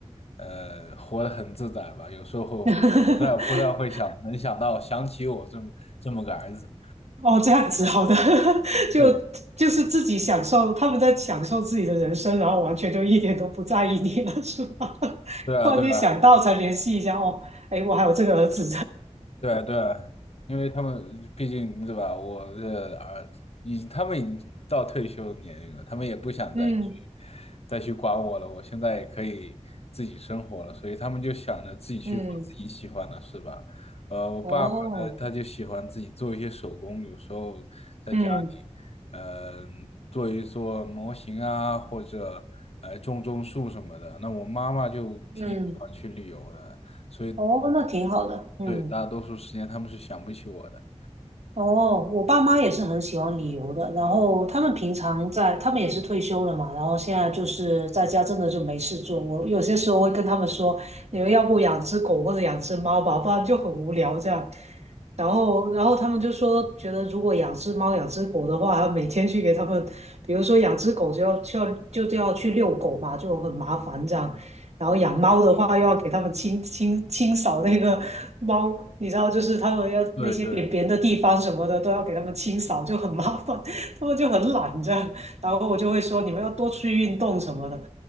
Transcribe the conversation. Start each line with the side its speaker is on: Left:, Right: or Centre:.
Left: 呃活得很自在吧。有时候那不太不太会想，
Right: <laughs>
Left: 能想到想起我这么这么个儿子。
Right: 哦，这样子好的，<laughs> 就
Left: 对
Right: 就是自己享受，他们在享受自己的人生，然后完全就一点都不在意你了，是吧？<laughs>
Left: 对啊，
Right: 突然间想到才联系一下，
Left: 对啊，
Right: 哦，哎，我还有这个儿子，
Left: 对对，因为他们毕竟对吧，我的儿，已他们已经到退休年龄了，他们也不想再去
Right: <laughs> 嗯
Left: 再去管我了。我现在也可以自己生活了，所以他们就想着自己去做自己喜欢的事吧。
Right: 嗯，
Left: 呃，我爸爸呢，
Right: 哦，
Left: 他就喜欢自己做一些手工，有时候在家里，
Right: 嗯
Left: 呃，做一做模型啊，或者呃种种树什么的。那我妈妈就挺喜欢去旅游的。
Right: 嗯，嗯
Left: 所以。
Right: 哦，那挺好的。嗯。
Left: 对，大多数时间他们是想不起我的。
Right: 哦，我爸妈也是很喜欢旅游的，然后他们平常在，他们也是退休了嘛，然后现在就是在家真的就没事做。我有些时候会跟他们说，你们要不养只狗或者养只猫吧，不然就很无聊这样。然后，然后他们就说，觉得如果养只猫、养只狗的话，每天去给他们，比如说养只狗就要就要就就要去遛狗嘛，就很麻烦这样。然后养猫的话，又要给它们清清清扫那个猫，你知道，就是它们要那些便便的地方什么的，
Left: 对对
Right: 都要给它们清扫，就很麻烦，<laughs> 它们就很懒这样。然后我就会说，你们要多出去运动什么的。